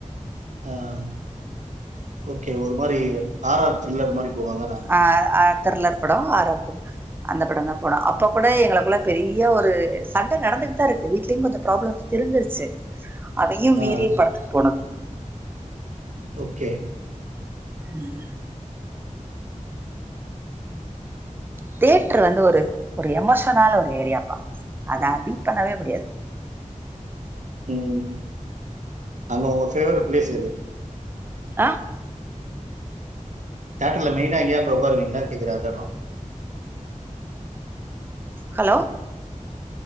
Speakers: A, on the right; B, on the right.
A: ஆஹ் ஓக்கே ஒரு மாரி ஆறார் த்ரில்லர் மாரி போவான் அதானே?
B: ஆஹ் அ த்ரிலர் படோ ஆறார்து அந்த படந்தா போனோ அப்ப கூட எங்களுக்குள்ள பெரிய ஒரு சண்ட நடந்துட்டுதா இருக்கு வீட்லயும் கொஞ்சம் ப்ராப்ளம் தெரிஞ்சிருச்சு அதையும்
A: ஆ.
B: மீறி படத்துக்கு போனது
A: ஓக்கே
B: உம் தியேட்ரு வந்து ஒரு ஒரு எமாஷ்னால ஒரு ஏரியாப்பா அத அடிட் பண்ணவே முடியாது
A: உம் அங்க உங்க ஃபேவ்ரேட் பிளேஸ் எது
B: அஹ்
A: தடுத் இல்ல மெயினா எங்கியாவது போய் உக்காருவீங்களான் கேக்குறே அத்தெடம்
B: ஹலோ